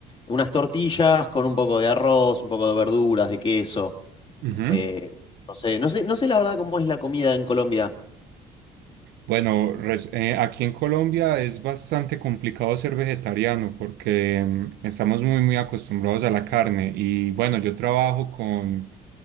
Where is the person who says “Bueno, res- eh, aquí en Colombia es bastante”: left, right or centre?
Right